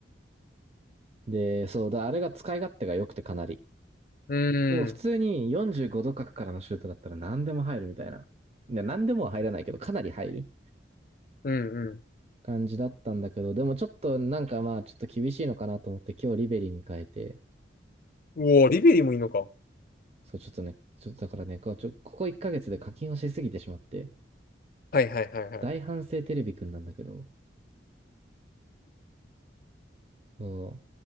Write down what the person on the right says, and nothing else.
で、そうだ、あれが使い勝手が良くてかなり。
もう普通に45度角からのシュートだったら何でも入るみたいな。いや、何でもは入らないけど、かなり入る。
感じだったんだけど、でもちょっとなんかまあちょっと厳しいのかなと思って今日リベリに変えて、
そうちょっとね、ちょっとだからね、こうちょここ1ヶ月で課金をしすぎてしまって、
大反省テレビくんなんだけど、そ